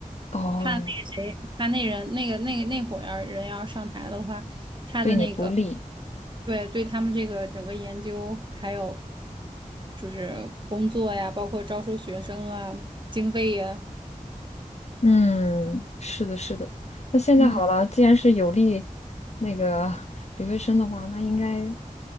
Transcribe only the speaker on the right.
怕那个谁，怕那人那个那个那伙要人要上台了的话，他的那个
对对他们这个整个研究还有就是工作呀，包括招收学生啊，经费呀，
嗯